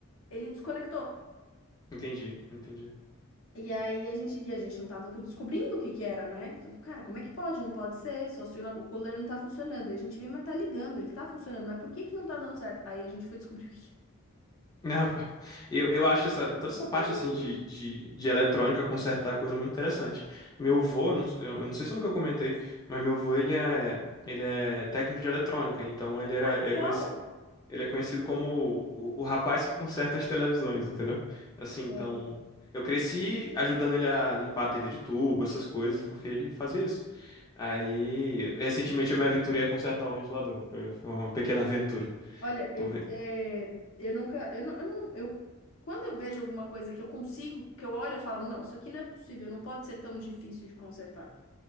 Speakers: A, on the left; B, on the left.
A: ele desconectou.
B: Entendi, entendi.
A: E aí a gente, e a gente não tava co- descobrindo o que que era, né? Falei, Cara, como é que pode? Não pode ser, só se o, na- o cooler não tá funcionando. Aí a gente vê, mas tá ligando, ele tá funcionando, mas por que que não tá dando certo? Aí a gente foi descobrir o que que
B: Não, eu, eu acho essa, toda essa parte
A: é. <laughs>
B: assim de, de, de eletrônica consertar é coisa muito interessante. Meu avô, não- eu eu não sei se eu nunca comentei, mas meu avô ele é, ele é técnico de eletrônica, então ele era,
A: Ah, que legal!
B: é conhecido, ele é conhecido como o, o rapaz que conserta as televisões, entendeu? Assim, então
A: é.
B: eu cresci ajudando ele a limpar a TV de tubo, essas coisas, porque ele fazia isso. Aí, recentemente eu me aventurei a consertar um ventilador. Foi, foi uma pequena aventura.
A: Olha, eu,
B: Tô vendo.
A: é, eu nunca, eu não, eu não, eu, quando eu vejo alguma coisa que eu consigo, que eu olho, eu falo, não, isso aqui não é possível, não pode ser tão difícil de consertar.